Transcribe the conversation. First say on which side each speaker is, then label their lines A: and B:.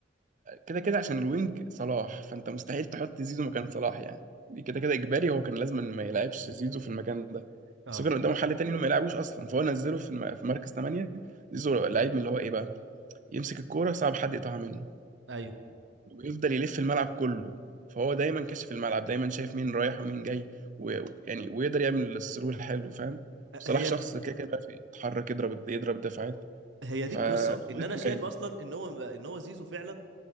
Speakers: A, on the right (about 45°); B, on the right (about 75°).
A: كده كده عشان الوينج صلاح فأنت مستحيل تحط زيزو مكان صلاح يعني دي كده كده إجباري هو كان لازم ما يلعبش زيزو في المكان ده
B: اه
A: بس هو كان قدامه حل تاني إنه ما يلعبوش أصلا فهو نزله في الم- في مركز 8 زيزو لعيب من اللي هو إيه بقى يمسك الكورة صعب حد يقطعها منه
B: ايوه
A: ويفضل يلف الملعب كله فهو دايما كاشف الملعب دايما شايف مين رايح ومين جاي ويعني ويقدر يعمل الثرو الحلو فاهم وصلاح
B: هي
A: شخص
B: ال-
A: كده كده بيعرف يتحرك يضرب يضرب دفاعات
B: هي
A: فدويتو
B: دي القصة ان انا شايف
A: جامد
B: اصلا ان هو ان هو زيزو فعلا